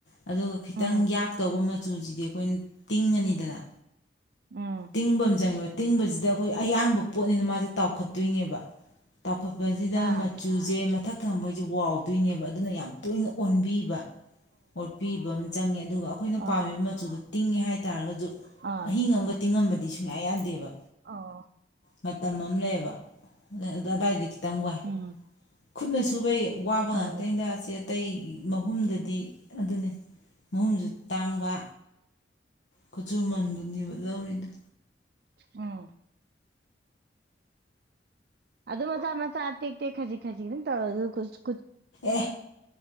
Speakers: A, on the left; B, on the right.
A: ꯑꯗꯨꯒ ꯈꯤꯇꯪ
B: ꯎꯝ
A: ꯌꯥꯛꯛꯇꯧꯕ ꯃꯆꯨꯁꯤꯗꯤ ꯑꯩꯈꯣꯏꯅ ꯇꯤꯡꯉꯅꯤꯗꯅ
B: ꯎꯝ
A: ꯇꯤꯡꯕꯝ ꯆꯪꯉꯦꯕ ꯇꯤꯡꯕꯁꯤꯗ ꯑꯩꯈꯣꯏ ꯑꯌꯥꯡꯕ ꯄꯣꯠꯅꯤꯅ ꯃꯥꯁꯦ ꯇꯥꯎꯈꯠꯇꯣꯏꯅꯦꯕ ꯇꯥꯎꯈꯠꯄꯁꯤꯗ
B: ꯑꯥ
A: ꯃꯆꯨꯁꯦ ꯃꯊꯛ ꯊꯝꯕ ꯁꯦ ꯋꯥꯎꯗꯣꯏꯅꯦꯕ ꯑꯗꯨꯅ ꯌꯥꯝ ꯇꯣꯏꯅ ꯑꯣꯟꯕꯤꯕ ꯑꯣ ꯄꯤꯕ ꯑꯃ ꯆꯪꯉꯦ ꯑꯗꯨꯒ ꯑꯩꯈꯣꯏꯅ
B: ꯑꯥ
A: ꯄꯥꯝꯃꯤꯕ ꯃꯆꯨꯗꯣ ꯇꯤꯡꯉꯦ ꯍꯥꯏꯗꯤ ꯠꯔꯒꯁꯨ
B: ꯑꯥ
A: ꯑꯍꯤꯡ ꯑꯃꯒ ꯇꯤꯡꯉ ꯗꯤ ꯁꯨꯡꯌꯥ ꯌꯥꯗꯦꯕ
B: ꯑ
A: ꯃꯇꯝ ꯑꯃ ꯂꯩꯌꯦꯕ ꯑꯗꯥꯏꯗꯤ ꯈꯤꯇꯪ ꯋꯥꯏ
B: ꯎꯝ
A: ꯈꯨꯠꯅ ꯁꯨꯕꯩ ꯊꯥꯕꯀ
B: ꯎꯝ
A: ꯉꯥꯡꯇꯥꯅꯤꯗ ꯑꯥ ꯆꯦꯠ ꯑꯇꯩꯒꯤ ꯃꯍꯨꯝꯗꯗꯤ ꯑꯗꯨꯅꯦ ꯃꯍꯨꯝꯁꯨ ꯇꯥꯡꯕ ꯀꯠꯁꯨꯃꯟ ꯂꯧꯔꯤꯗꯨ
B: ꯎꯝ ꯑꯗꯨ ꯃꯆꯥ ꯃꯆꯥ ꯇꯦꯛ ꯇꯦꯛ ꯈꯖꯤꯛ ꯈꯖꯤꯛ ꯑꯗꯨꯝ ꯇꯧꯔ ꯑꯈꯣꯏꯁꯨ
A: ꯑꯦ